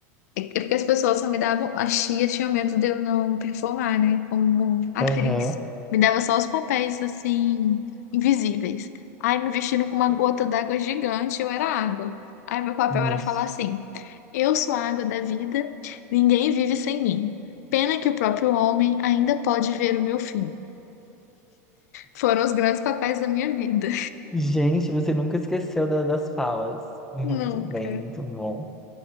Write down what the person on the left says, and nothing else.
É é porque as pessoas só me davam, as tias tinham medo de eu não performar, né? Como atriz.
Me dava só os papéis, assim, invisíveis. Aí me vestindo com uma gota d'água gigante, eu era água. Aí meu papel
era falar assim: Eu sou a água da vida, ninguém vive sem mim. Pena que o próprio homem ainda pode ver o meu fim. Foram os grandes papéis da minha vida.
<laughs> Nunca.